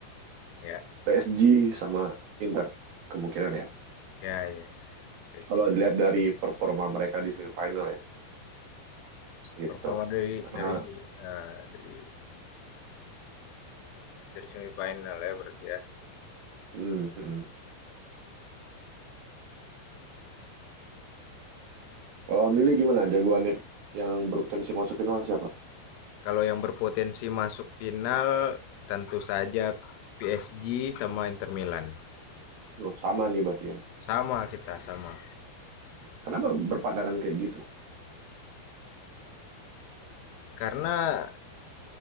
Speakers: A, on the left (about 80°); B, on the right (about 65°).
A: Ya,
B: PSG sama Inter kemungkinan ya.
A: ya, ya. ya. PSG
B: kalau dilihat dari performa mereka di semifinal ya gitu.
A: performa dari
B: Karena
A: dari eh, dari dari semifinal ya berarti ya.
B: mm, mm. kalau milih gimana jagoannya yang berpotensi masuk final siapa?
A: Kalau yang berpotensi masuk final tentu saja PSG sama Inter Milan.
B: Oh, sama nih berarti ya.
A: Sama kita sama.
B: Kenapa berpandangan kayak gitu?
A: Karena